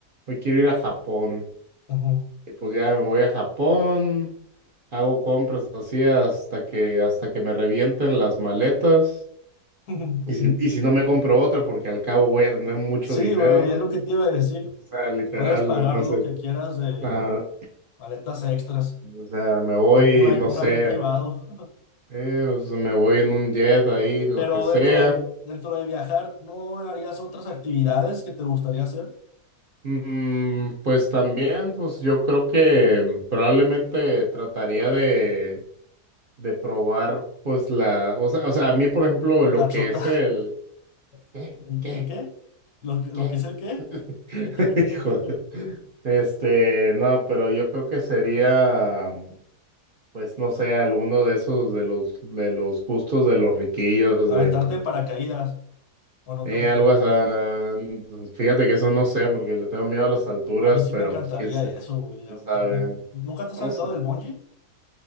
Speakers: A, on the right; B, on the left.
A: hoy quiero ir a Japón.
B: ujú.
A: Y pues ya me voy a Japón, hago compras así hasta que, hasta que me revienten las maletas.
B: <laughs>
A: Y si, y si no me compro otra, porque al cabo voy a tener mucho
B: Sí,
A: dinero,
B: güey,
A: ¿no?
B: es lo que te iba a decir.
A: O sea, literal,
B: Puedes pagar
A: entonces,
B: lo que quieras de
A: ah,
B: paletas extras,
A: o sea, me voy,
B: un, un avi-
A: no
B: un
A: sé,
B: avión privado,
A: eh, pues, me voy en un jet ahí,
B: <laughs>
A: lo
B: pero
A: que sea.
B: dentro de, dentro de viajar, ¿no harías otras actividades que te gustaría hacer?
A: Mm, pues también, pues yo creo que probablemente trataría de, de probar, pues la, o sea, o sea, a mí, por ejemplo, lo
B: La
A: que
B: chota.
A: es el... ¿Qué?
B: <laughs> ¿El,
A: ¿Qué?
B: el qué? ¿Lo, que-
A: ¿Qué?
B: lo que es el qué?
A: <laughs>
B: <laughs>
A: Hijo. Este, no, pero yo creo que sería, mm, pues no sé, alguno de esos de los de los gustos de los riquillos
B: Aventarte
A: de
B: de paracaídas, ¿o no
A: eh,
B: te gustaría?
A: algo así. ah, pues, Fíjate que eso no sé porque le tengo miedo a las alturas,
B: A mí sí
A: pero
B: me encantaría
A: pues quién sé,
B: eso, güey,
A: quién
B: aventarme.
A: sabe.
B: ¿Nunca te has
A: No
B: aventado
A: sé.
B: del bungee?